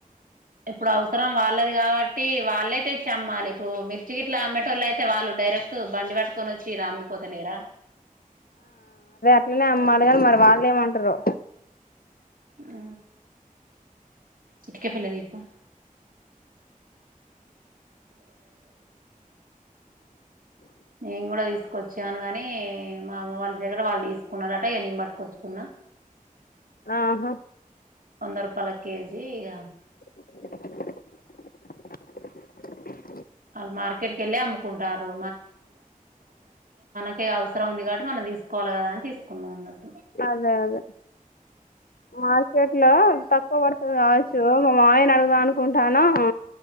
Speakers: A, on the right; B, on the left.
A: ఇప్పుడు అవసరం వాళ్ళే వాళ్ళది కాబట్టి వాళ్ళే తెచ్చి అమ్మాలి ఇప్పుడు మిర్చి గిట్ల అమ్మెటెల్లయితే వాళ్ళు డైరెక్ట్ టు బండి వట్టుకొని వచ్చి ఇడ అమ్మిపోతలేరా
B: లోనే అమ్మలి అని మరి వాళ్ళు ఏమంటారో
A: ఊ ఇటిక పేల్లే దీప్ పో నేను కూడా తీసుకొచ్చాను అని మా అమ్మ వాళ్ళ దగ్గర వాళ్ళు తీసుకున్నారట ఇగ నేన్ బట్టుకొచ్చుకున్నా
B: ఆహా
A: వంద రూపలాక్ కేజీ ఈగ
B: <inaudible>
A: వాళ్ళు మార్కెట్కి వెళ్ళి అమ్ముకుంటారు ఇగ అవసం ఉంది కాబట్టి మనం తీసుకోవాల్ కదాన్ తీసుకున్ ఉన్నట్
B: అదే అదే మార్కెట్ లో తక్కువ పడతి కావోచ్ మా యన్ అడుగద్ అనుకుంటన అ